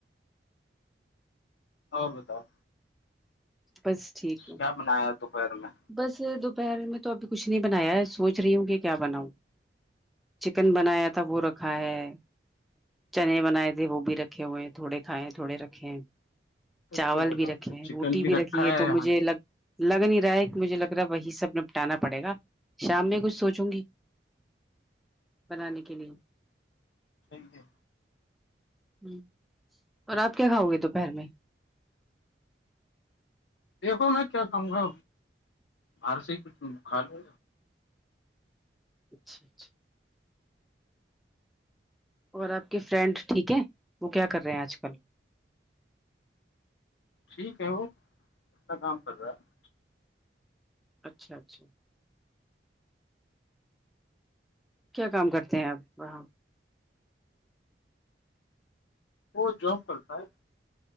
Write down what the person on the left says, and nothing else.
اور بتا
کیا بنایا دوپہر میں
تو
کیوں بناؤ
گی جب
چکن
رکھا
ہاں
ھینکیو
دیکھو میں کیا کہوں گا باہر سے ہی کچھ مکھالو
ٹھیک ہے وہ کتنا کام کر رہا ہے
وہ جاب کرتا ہے